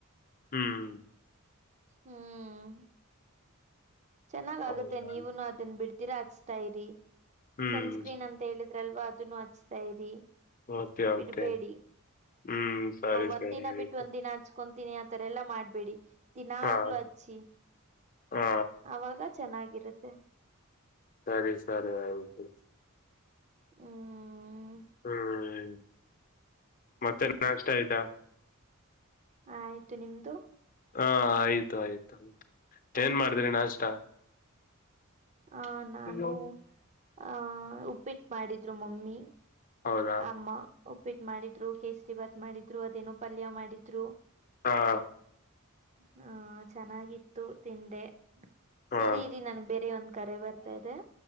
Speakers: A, on the left; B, on the right.
A: ಹ್ಮ್
B: ಹ್ಮ್ ಚೆನ್ನಾಗ್ ಆಗುತ್ತೆ
A: ಹೌದಾ
B: ನೀವುನು ಅದನ್ನ ಬಿಡ್ದಿರ ಹಚ್ತಾ ಇರಿ
A: ಹ್ಮ್
B: ಸನ್ಸ್ಕ್ರೀನ್ ಅಂತ. ಅಂತ ಹೇಳಿದ್ರಲ್ವಾ ಅದನ್ನು ಹಚ್ತಾ ಇರಿ.
A: ಓಕೆ
B: ಬಿಡ್ಬೇಡಿ
A: ಓಕೆ ಹ್ಮ್ ಸರಿ
B: ಒಂದ್
A: ಸರಿ
B: ದಿನ
A: ಆಯ್ತು
B: ಬಿಟ್ಟು ಒಂದ್ ದಿನ ಹಚ್ಕ. ಕೊಂತೀನಿ ಆತರ ಎಲ್ಲಾ ಮಾಡ್ಬೇಡಿ ದಿನಾಗ್ಲುೂ
A: ಹಾ
B: ಹಚ್ಚಿ.
A: ಹಾ
B: ಅವಾಗ ಚೆನ್ನಾಗಿರುತ್ತೆ.
A: ಸರಿ ಸರಿ ಆಯ್ತು.
B: ಹ್ಮ್
A: ಹ್ಮ್ ಮತ್ತೆ ನಾಷ್ಟ ಆಯ್ತಾ.
B: ಹ ಆಯ್ತು ನಿಮ್ದು.
A: ಹಾ ಆಯ್ತು ಆಯ್ತು ಆಯ್ತ ಏನ್ ಮಾಡಿದ್ರಿ ನಾಷ್ಟ.
B: ಆಹ ನಾನು
A: ಹ್ಮ್
B: ಆಹ ಉಪಿಟ್ಟ ಮಾಡಿದ್ರು ಮಮ್ಮಿ.
A: ಹೌದಾ
B: ಅಮ್ಮ ಉಪ್ಪಿಟ್ಟ ಮಾಡಿದ್ರು ಕೇಸರಿ ಭಾತ್ ಮಾಡಿದ್ರು ಅದೇನೋ ಪಲ್ಯ ಮಾಡಿದ್ರು.
A: ಹಾಂ
B: ಹಾ ಚೆನ್ನಾಗಿತ್ತು ತಿಂದೆ.
A: ಹಾ
B: ಸರಿ ಇರಿ ಇರಿ ನನ್ಗೆ ಬೇರೆ ಒಂದ್ ಕರೆ ಬರ್ತಾ ಇದೆ.